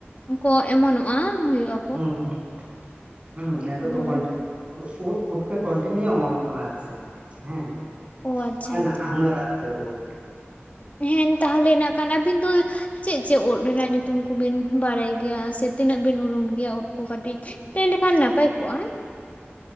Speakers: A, on the left; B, on the right.
A: ᱠᱚ ᱮᱢᱚᱱᱚᱜᱼᱟ ᱦᱩᱭᱩᱜᱼᱟ᱾
B: ᱦᱩᱸ ᱦᱩᱸ ᱦᱮᱸ ᱱᱤᱛᱳᱜ ᱫᱚ
A: ᱦᱳᱭ,
B: <unintelligible> ᱩᱫ ᱯᱩᱴᱠᱟᱹ ᱠᱚᱱᱴᱤᱱᱤᱭᱩ ᱚᱢᱚᱱᱚᱜ ᱠᱟᱱᱟ ᱟᱨ ᱪᱮᱫ ᱦᱮᱸ
A: ᱚ ᱟᱪᱪᱷᱟ,
B: ᱟᱨ ᱱᱟᱱᱟ ᱦᱩᱱᱟᱹᱨ ᱟᱨ ᱪᱮᱫ ᱩᱫ?
A: ᱦᱮᱱ ᱛᱟᱦᱚᱞᱮ ᱱᱟᱜ ᱠᱷᱟᱱ ᱟᱹᱵᱤᱱ ᱫᱚ ᱪᱮᱜ ᱪᱮᱜ ᱩᱫ ᱨᱮᱱᱟᱜ ᱧᱩᱛᱩᱢ ᱠᱚᱵᱤᱱ ᱵᱟᱲᱟᱭ ᱜᱮᱭᱟ? ᱥᱮ ᱛᱤᱱᱟᱹᱜ ᱵᱤᱱ ᱩᱨᱩᱢ ᱜᱮᱭᱟ ᱩᱫ ᱠᱚ ᱠᱟᱹᱴᱤᱡ ᱞᱟᱹᱭ ᱞᱮᱠᱷᱟᱱ ᱱᱟᱯᱟᱭ ᱠᱚᱜᱼᱟ᱾